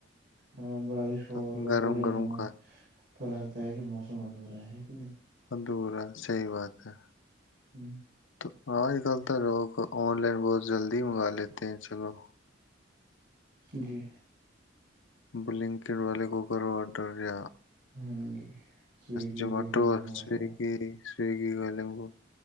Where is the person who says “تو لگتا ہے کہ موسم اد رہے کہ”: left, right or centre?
Right